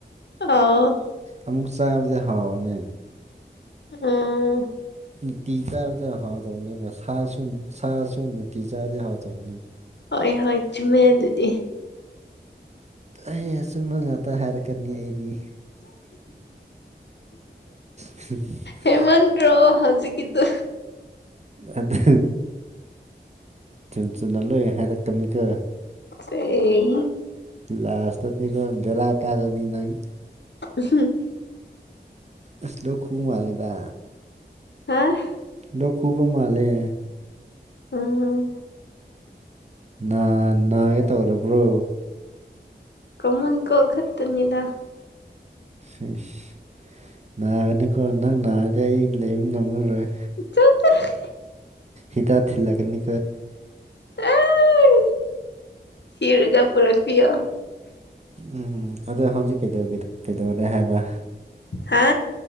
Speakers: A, on the left (about 75°); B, on the right (about 40°).
A: ꯑꯥꯎ
B: ꯑꯃꯨꯛ ꯆꯥꯕꯗꯤ ꯍꯥꯎꯕꯅꯦ
A: ꯎꯝ
B: ꯅꯨꯇꯤ ꯆꯥꯕꯗꯣ ꯍꯥꯎꯗꯕꯅꯦꯕ ꯁꯥꯁꯨ ꯅꯨ ꯁꯥꯁꯨ ꯅꯨꯇꯤ ꯆꯥꯕꯗꯤ ꯍꯥꯎꯇꯕꯅꯦ
A: ꯍꯣꯏ ꯍꯣꯢ ꯆꯨꯝꯃꯦ ꯑꯗꯨꯗꯤ
B: ꯑꯩ ꯑꯆꯨꯝꯕ ꯉꯥꯛꯇ ꯍꯥꯏꯔꯛꯀꯅꯤ ꯑꯩꯗꯤ <unintelligible>
A: ꯍꯦꯃꯟꯗ꯭ꯔꯣ ꯍꯧꯖꯤꯛꯀꯤꯗꯣ
B: ꯑꯗꯨ ꯆꯨꯝ ꯆꯨꯝꯅ ꯂꯣꯢ ꯍꯥꯏꯔꯛꯀꯅꯤꯀꯣ
A: <unintelligible>
B: ꯂꯥꯁꯇꯗꯤ ꯅꯪ ꯕꯦꯔꯥ ꯀꯥꯖꯅꯤ ꯅꯪ
A: <unintelligible>
B: ꯑꯁ ꯂꯣꯛ ꯈꯨꯨ ꯃꯥꯜꯂꯦꯗ
A: ꯍꯥꯥ
B: ꯂꯣꯛ ꯈꯨꯕ ꯃꯥꯜꯂꯦ
A: ꯎꯝ
B: ꯅꯥ ꯅꯥꯒꯦ ꯇꯧꯔꯕ꯭ꯔꯣ
A: ꯀꯃꯟ ꯀ‌ꯣꯜ ꯈꯛꯇꯅꯤꯗ
B: ꯁꯤꯁ ꯅꯥꯔꯅꯤꯀꯣ ꯅꯪ ꯅꯥꯔꯗꯤ ꯑꯩ ꯂꯩꯕ ꯉꯝꯃꯔꯣꯏ
A: ꯆꯠ
B: ꯍꯤꯗꯥꯛ ꯊꯤꯜꯂꯛꯀꯅꯤ
A: ꯑꯥꯢ ꯊꯤꯔꯖ ꯄꯨꯨꯔꯛꯄꯤꯌꯣ
B: ꯎꯝ ꯑꯗꯣ ꯍꯧꯖꯤꯛ ꯀꯩꯗꯧꯒꯤ ꯀꯩꯗꯧꯔꯦ ꯍꯥꯏꯕ
A: ꯍꯥ